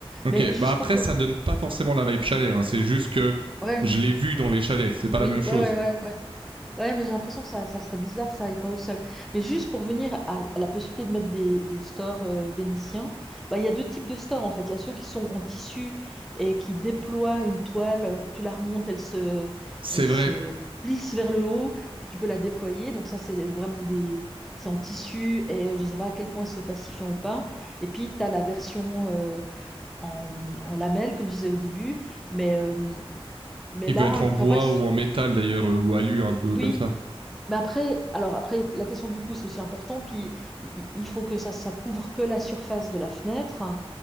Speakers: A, on the right; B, in the centre.
A: ok.
B: Mais juste
A: Bah après,
B: pour,
A: ça donne pas forcément la vibe chalet, hein. c'est juste que
B: ouais,
A: je l'ai vu dans les chalets, c'est pas
B: oui,
A: la même chose.
B: ouais, ouais, ouais, ouais. Ouais, mais j'ai l'impression que ça, ça serait bizarre que ça aille pas au sol. Mais juste pour venir à, à la possibilité de mettre des, des stores euh, vénitiens, bah, il y a deux types de stores en fait. Il y a ceux qui sont en tissu et qui déploient une toile. euh, Quand tu la remontes, elle se,
A: C'est
B: elle
A: vrai.
B: se plisse vers le haut, puis tu peux la déployer. Donc ça, c'est vraiment des, c'est en tissu et euh, je ne sais pas à quel point c'est pacifiant ou pas. Et puis, tu as la version euh, en, en lamelles, comme je disais au début. Mais, euh, mais
A: Il
B: là,
A: peut être
B: il
A: en
B: ne faudrait
A: bois
B: pas que... ce-
A: ou en métal d'ailleurs, euh, ou alu un peu comme
B: Oui,
A: ça.
B: mais après, alors après, la question du coût, c'est aussi important. Puis i- i- il faut que ça, ça couvre que la surface de la fenêtre, hein,